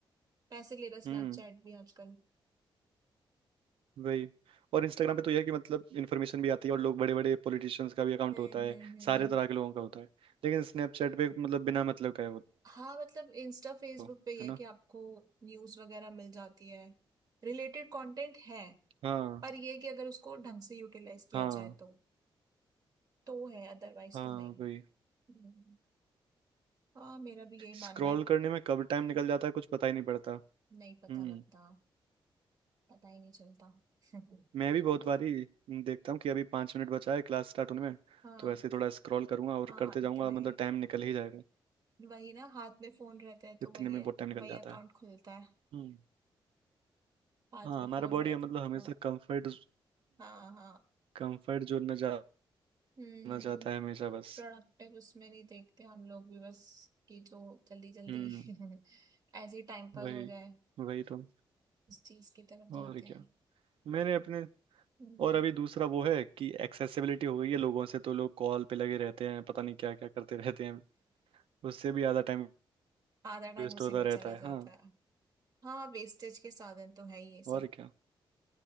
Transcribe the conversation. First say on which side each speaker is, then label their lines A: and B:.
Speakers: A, on the right; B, on the right.
A: पैसे ले रहा
B: हम्म
A: स्नैपचैट भी आजकल
B: वही और इंस्टाग्राम पे तो यह है कि मतलब इन्फॉर्मेशन भी आती है और लोग बड़े बड़े पॉलिटिशियंस का भी अकाउंट
A: हम्म
B: होता है
A: हम्म हम्म
B: सारे तरह के लोगों का होता है लेकिन स्नैपचैट पे मतलब बिना मतलब का है वो
A: हाँ मतलब इंस्टा फेसबुक
B: हो,
A: पे ये
B: है
A: है
B: ना
A: कि आपको न्यूज वगैरह मिल जाती है रिलेटेड कंटेंट है
B: हाँ
A: पर ये है कि अगर उसको ढंग से यूटिलाइज किया
B: हाँ
A: जाए तो तो है अदरवाइज
B: हाँ
A: तो नहीं
B: वही
A: हम्म। हाँ मेरा भी यही
B: स्क्रॉल
A: मानना है
B: करने में कब टाइम निकल जाता है कुछ पता ही नहीं पड़ता
A: नहीं पता
B: हम्म
A: लगता पता ही नहीं चलता <laughs>
B: मैं भी बहुत बारी देखता हूँ कि अभी पाँच मिनट बचा है क्लास स्टार्ट होने में
A: हाँ
B: तो ऐसे ही थोड़ा स्क्रॉल करूंगा और
A: हाँ
B: करते
A: इतने
B: जाऊंगा मतलब टाइम निकल ही जाएगा
A: वही ना हाथ में फोन रहता है
B: इतने
A: तो वही
B: में
A: है
B: बहुत टाइम निकल
A: वही
B: जाता
A: अकाउंट
B: है
A: खुलता है
B: हम्म
A: हाथ
B: हाँ
A: में
B: हमारा
A: फोन
B: बॉडी
A: रहता
B: मतलब
A: है
B: हमेशा
A: तो
B: कंफर्ट
A: हाँ हाँ
B: कंफर्ट जोन में जाना
A: हम्म
B: चाहता है हमेशा बस
A: प्रोडक्टिव उसमें नहीं देखते हम लोग भी बस कि जो जल्दी जल्दी
B: हम्म
A: <laughs> ऐसे ही टाइम पास
B: वही
A: हो जाए
B: वही तो
A: उस चीज की तरफ
B: और
A: जाते हैं
B: क्या मैंने अपने
A: हम्म
B: और अभी दूसरा वो है कि एक्सेसिबिलिटी हो गई है लोगों से तो लोग कॉल पे लगे रहते हैं पता नहीं क्या क्या करते रहते हैं उससे भी ज़्यादा टाइम
A: <laughs> आधा टाइम
B: वेस्ट
A: उसी
B: होता
A: में चला
B: रहता है
A: जाता
B: हाँ
A: है हाँ वेस्टेज के साधन तो है ही ये सब
B: और क्या